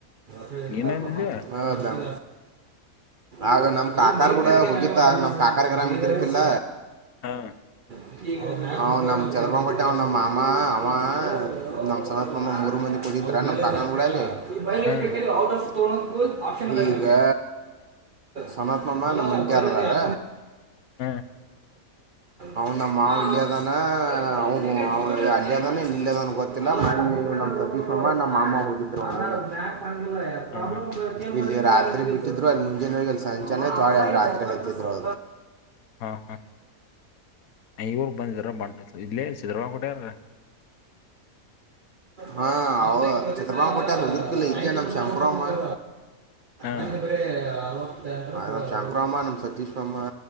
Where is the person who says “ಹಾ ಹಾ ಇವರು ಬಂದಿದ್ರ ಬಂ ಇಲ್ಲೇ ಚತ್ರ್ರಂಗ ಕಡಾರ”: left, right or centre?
Left